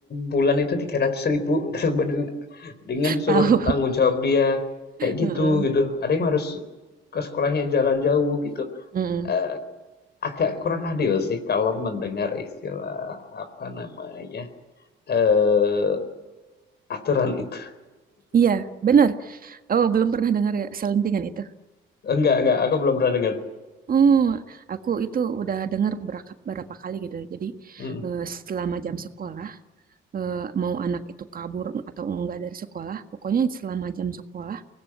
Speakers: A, on the left; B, on the right.
A: bulan itu tiga ratus ribu <laughs> dengan suruh
B: tahu
A: tanggung
B: <laughs>
A: jawab dia kayak gitu
B: Mm-mm.
A: gitu. Ada yang harus ke sekolahnya jalan jauh gitu,
B: Mm-mm.
A: eee agak kurang adil sih kalau mendengar istilah apa namanya eh aturan itu.
B: Iya, benar. Oh, belum pernah dengar ya selentingan itu.
A: Eh, Enggak, enggak, aku belum pernah dengar.
B: Hmm, aku itu udah dengar berapa berapa kali gitu. Jadi
A: Mm,
B: eh, selama jam sekolah eh, mau anak itu kabur atau enggak dari sekolah, pokoknya selama jam sekolah